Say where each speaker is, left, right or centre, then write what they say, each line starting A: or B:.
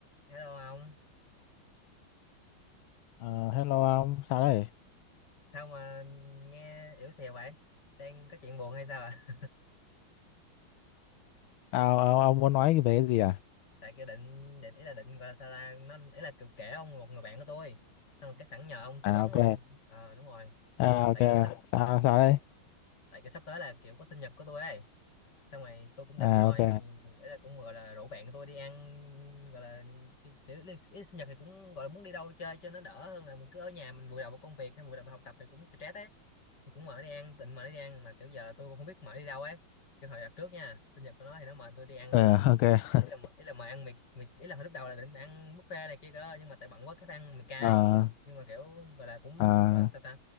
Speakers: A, on the left; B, on the left.
A: Hello ông,
B: Ờ, hello ông, sao đây?
A: sao mà nghe yếu xìu vậy? Đang có chuyện buồn hay sao ạ?
B: Sao ông, ông muốn nói về cái gì à?
A: <laughs> Tại kia định định ý là định gọi là sao ta, nó ý là kiểu kể ông một người bạn của tôi. Xong rồi cái sẵn nhờ ông tư
B: À
A: vấn
B: ok,
A: luôn. Ờ đúng rồi.
B: à,
A: Tại
B: ok,
A: kiểu sắp
B: sao
A: ừ.
B: sao đây?
A: tại kiểu sắp tới là kiểu có sinh nhật của tôi ấy. Xong rồi tôi cũng định
B: À
A: mời
B: ok,
A: ý là cũng gọi là rủ bạn của tôi đi ăn gọi là kiểu, kiểu ý là sinh nhật thì cũng gọi là muốn đi đâu chơi cho nó đỡ hơn là mình cứ ở nhà mình vùi đầu vào công việc hay vùi đầu vào học tập thì cũng stress ấy. Thì cũng mở đi ăn tịnh mở đi ăn mà kiểu giờ tôi cũng không biết mở đi đâu ấy cái hồi đặt trước nha sinh nhật của nó thì nó mời tôi đi ăn
B: Ờ,
A: ờ,
B: ok, <laughs>
A: ý là ý là mời ăn mì mì ý là hồi lúc đầu là định ăn buffet này kia cơ nhưng mà tại bận quá cái phải ăn mì cay
B: Ờ,
A: nhưng mà kiểu gọi là cũng
B: à,
A: gọi là sao ta